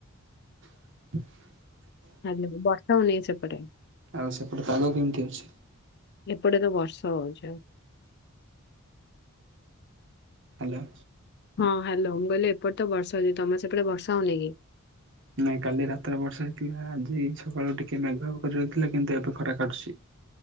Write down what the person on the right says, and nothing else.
<inaudible>
ଆଉ ସେପଟେ ପାଗ କେମିତି ଅଛି?
ହ୍ୟାଲୋ।
ନାଇଁ କାଲି ରାତିର ବର୍ଷା ହେଇଥିଲା ଆଜି ସକାଳୁ ଟିକେ ମେଘ କରି ରହିଥିଲା କିନ୍ତୁ ଏବେ ଖରା କାଟୁଛି।